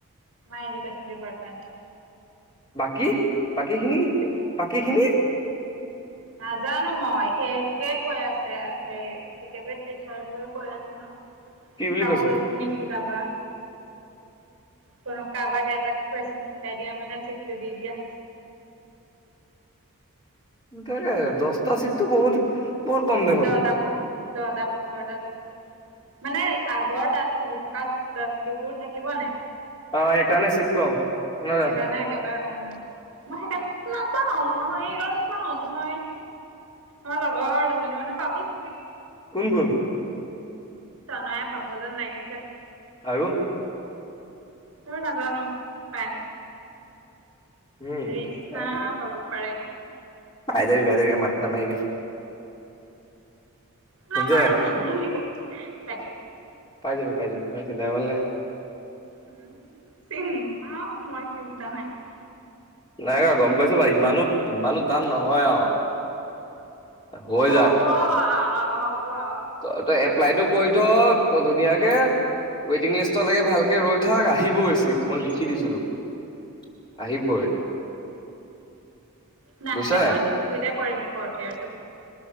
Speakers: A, on the right; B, on the left.
A: আমাৰ এডুকেচন ডিপাৰ্টমেন্টত।
B: বাকী, বাকী খিনি,
A: ডিব্ৰু
B: বাকী খিনি?
A: নাজানো মই সেইটোকে কৈ আছে, হেৰি পি কে বি টিচাৰ বোৰেও কৈ আছো ন?
B: কি বুলি
A: কাকো
B: কৈছে
A: একো নিশিকাবা। <inaudible> কোনো কাৰোবাক এটা কুৱেশন শিকাই দিয়া মানে, চিটটো দি দিয়া।
B: তাকে দহটা চিটটো বহুত, বহুত কম দেখোন।
A: দহটা পোন্ধ দহটা পোন্ধৰতা মানে আগৰ তাত পঢ়ি থকা ল'ৰা-ছোৱালীবোৰো থাকিব নে?
B: অ' এইকাৰণে চিত কম। ন
A: সেইকাৰণে একেবাৰে কম, মই সেইকাৰণে নাপাওঁ মই গম পাওঁ মই আমাৰ লগৰৰ দুজনী মানে পাব চাগে।
B: কোন কোন?
A: ত্ৰনয়াই পাব যেন লাগিছে।
B: আৰু?
A: মই নাজানো, পাই
B: উম
A: হেৰিশ্ণাই
B: এ
A: পাব পাৰে।
B: পাই যাবি, পাই যাবি মাথা নামাৰিবি। শুনিছ
A: নামাৰো,
B: নাই
A: উহুহো তাকে।
B: পাই যাবি, পাই যাবি ইমান চিন্তা কৰিব নালাগে।
A: উম, চিন্তা, মই চিন্তা নাই কৰা।
B: নাই কৰা গম পাইছোঁ বাৰু, ইমানো ইমানো টান নহয় আৰু। হৈ
A: হ'ব আৰু, হ'ব আৰু।
B: ত-তই এপ্লাইটো কৰি থ', ধুনীয়াকে ৱেটিং লিষ্টলৈকে ভালকে ৰৈ থাক, আহিবই চিত মই লিখি দিছোঁ তোক। আহিবই।
A: নাহিলে
B: বুজিছ নাই
A: মই ডি চি বিতে কৰিম, ফৰ্থ ইয়েৰটো।